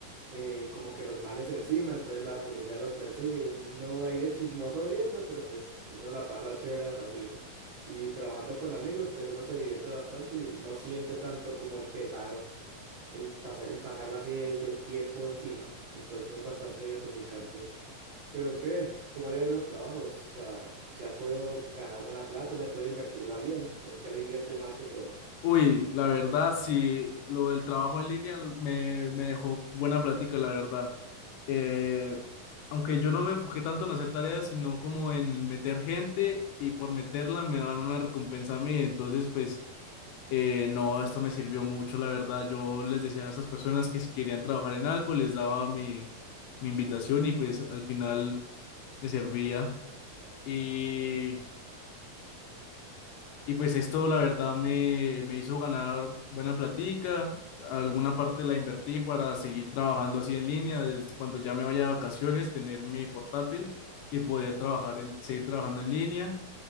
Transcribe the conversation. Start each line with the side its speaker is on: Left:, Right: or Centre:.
Right: eh, como que los males encima, entonces la policía los persigue y es uno ahí de chismoso viendo, pero pues uno la pasa chévere al fin. Y trabajando con amigos, pues uno se divierte bastante y no siente tanto como el pesar, el pasar, el pasarla así del, del tiempo encima. Entonces es bastante gratificante. Pero qué, ¿cómo le ven los trabajos? O sea, ¿se ha podido ganar buena plata? ¿Se ha podido invertirla bien? ¿O en qué le invierte más que todo?
Left: Uy, la verdad, sí, lo del trabajo en línea me, me dejó buena plática, la verdad. eh, aunque yo no me enfoqué tanto en hacer tareas, sino como en meter gente y por meterla me dan una recompensa a mí. Entonces, pues, eh, no, esto me sirvió mucho, la verdad. Yo les decía a esas personas que si querían trabajar en algo, les daba mi, mi invitación y pues al final me servía. Y y pues esto la verdad me, me hizo ganar buena platica, alguna parte la invertí para seguir trabajando así en línea, desde cuando ya me vaya de vacaciones, tener mi portátil y poder trabajar en, seguir trabajando en línea.